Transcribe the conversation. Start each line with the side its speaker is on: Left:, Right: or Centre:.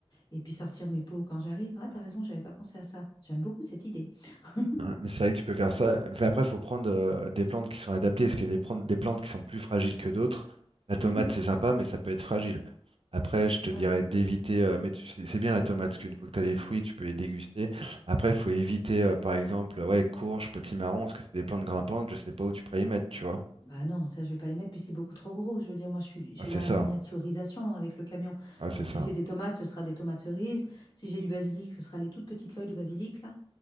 Left: et puis sortir mes pots quand j'arrive. Ah, t'as raison, j'avais pas pensé à ça. J'aime beaucoup cette idée. <laughs>
Right: Ouais, Mais c'est vrai que tu peux faire ça. Mais après, il faut prendre euh, des plantes qui sont adaptées. Parce que des, pran- des plantes qui sont plus fragiles que d'autres, la tomate,
Left: Mhm.
Right: c'est sympa, mais ça peut être fragile. Après, je te
Left: Ouais.
Right: dirais d'éviter. euh, mais tu- c'est c'est bien la tomate, parce qu'une fois que tu as les fruits, tu peux les déguster. Après, il faut éviter, euh, par exemple, ouais, courge, petit marron, parce que c'est des plantes grimpantes, je sais pas où tu pourrais y mettre, tu vois.
Left: Bah non, ça je vais pas les mettre, puis c'est beaucoup trop gros. Je veux dire, moi je suis, je suis
Right: Ah, c'est
Left: dans la
Right: ça.
Left: miniaturisation avec le camion.
Right: Ah, c'est
Left: Donc
Right: ça.
Left: si c'est des tomates, ce sera des tomates cerises. Si j'ai du basilic, ce sera les toutes petites feuilles de basilic là.